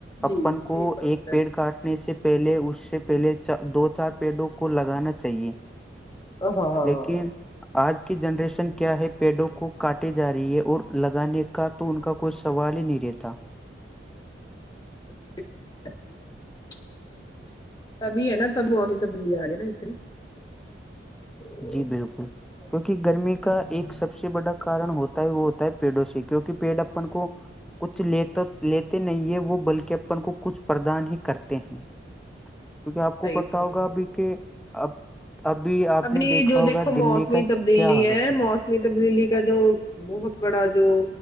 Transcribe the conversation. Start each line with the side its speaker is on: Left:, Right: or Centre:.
Left: جی
Centre: اپن
Left: صحیح
Centre: کو
Left: فرمایا
Centre: ایک پیڑ کاٹ نے سے پہلے اس سے پہلے دو چار پیڑوں کو لگانا چاہیے
Left: ہاں
Centre: لیکن آج کی جنریشن کیا ہے پیڑوں کو کاٹے جا رہی ہے اور لگانے کا تو ان کا کوئی سوال ہی نہیں رہتا
Left: <inaudible> <unintelligible> <unintelligible> <unintelligible> تو
Centre: جی بالکل کیونکہ گرمی
Left: ہوں
Centre: کا ایک سب سے بڑا کارن ہوتا ہے وہ ہوتا ہے پیڑوں سے کیوںکہ پیڑ اپن کو کچھ لیتے لیتے نہیں ہے وہ بلکہ اپن کو کچھ پردان ہی کرتے ہیں
Left: <inaudible> <inaudible>
Centre: کیونکہ آپ کو پتا
Left: فرمایا
Centre: ہوگا ابھی کہ اب ابھی آپ
Left: ابھی
Centre: نے دیکھا
Left: جو
Centre: ہوگا
Left: دیکھو
Centre: دلی
Left: موسمی
Centre: کا
Left: تبدیلی
Centre: کیا حال
Left: ہے
Centre: ہو چکا
Left: موسم موسمی تبدیلی کا جو بہت بڑا جو